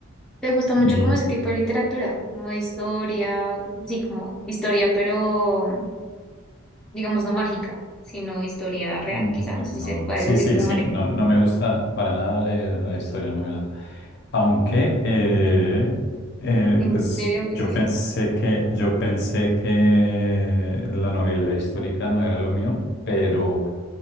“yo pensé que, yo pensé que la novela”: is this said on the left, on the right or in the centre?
Left